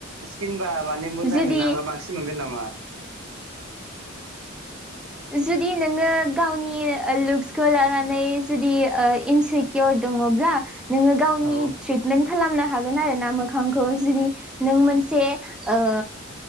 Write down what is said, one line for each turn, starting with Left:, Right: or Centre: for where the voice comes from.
Right: स्कनबा माने मोजां
Centre: जुदि
Right: नाबा बांसिन मोनगोन नामा?
Centre: जुदि नोङो गावनि लुक्सखौ लानानै जुदि इनस्रि कर दङब्ला नोङो गावनि
Right: औ
Centre: ट्रिटमेन्ट खालामनो हागोन आरो ना मोखांखौ जुदि नों मोनसे ओ